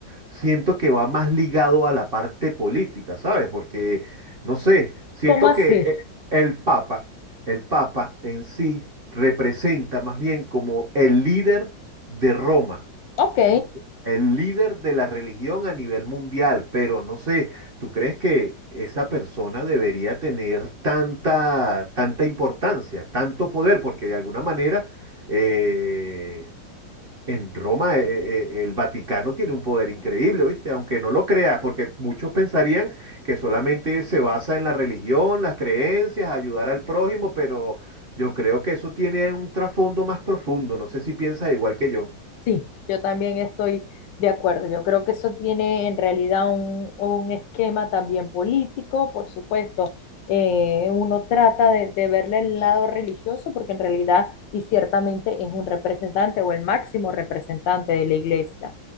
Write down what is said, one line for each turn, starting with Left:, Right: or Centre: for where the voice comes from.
Right: siento que va más ligado a la parte política, ¿sabes? Porque, no sé, siento
Left: ¿Cómo así?
Right: que eh, el Papa, el Papa en sí representa más bien como el líder de Roma.
Left: Ok.
Right: Ok. El líder de la religión a nivel mundial, pero no sé, ¿tú crees que esa persona debería tener tanta, tanta importancia, tanto poder? Porque de alguna manera eh, en Roma eh, eh, el Vaticano tiene un poder increíble, ¿viste? Aunque no lo creas, porque muchos pensarían que solamente se basa en la religión, las creencias, ayudar al prójimo, pero yo creo que eso tiene un trasfondo más profundo. No sé si piensas igual que yo.
Left: Sí, yo también estoy de acuerdo. Yo creo que eso tiene en realidad un, un esquema también político, por supuesto. Eh, uno trata de, de verle el lado religioso porque en realidad y ciertamente es un representante o el máximo representante de la iglesia,